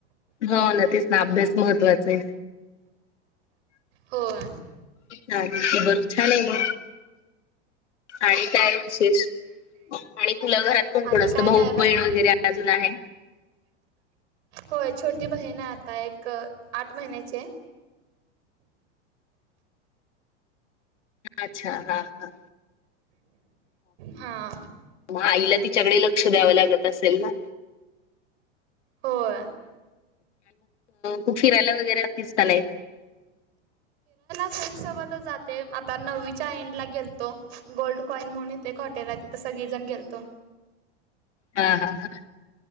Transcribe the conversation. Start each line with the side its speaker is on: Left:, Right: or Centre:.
Left: हो न तेच ना अभ्यास महत्त्वाचा आहे
Right: होय.
Left: चाले बर छान नाही म आणि काय विशेष आणि तुला घरात कोण
Right: आणि
Left: कोण असतं
Right: काय नाही
Left: भाऊ
Right: बघा.
Left: बहीण वगैरे अजून आहे
Right: होय छोटी बहीण आहे आता एक आठ महिन्याचे
Left: अच्छा हा हा
Right: हा
Left: मग आईला तिच्याकडे लक्ष द्यावं लागत असेल ना
Right: होय
Left: खूप फिरायला वगैरे दिसतलय
Right: फ्रें सोबतच जाते आता नववीच्या एंड ला गेलतो गोल्ड कॉईन म्हणूने खॉटेला रिझन गेलतो
Left: हा हा ह